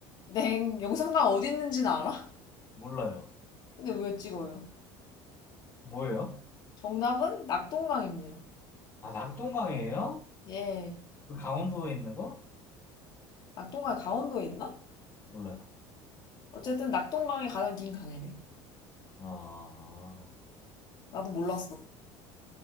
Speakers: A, on the left (about 45°); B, on the left (about 25°).
A: 땡. 영산강 어디 있는지는 알아?
B: 몰라요.
A: 근데 왜 찍어요?
B: 뭐예요?
A: 정답은 낙동강입니다.
B: 아, 낙동강이에요?
A: 예.
B: 그 강원도에 있는 거?
A: 낙동강 강원도에 있나?
B: 몰라요.
A: 어쨌든 낙동강이 가장 긴 강이래.
B: 아,
A: 나도 몰랐어.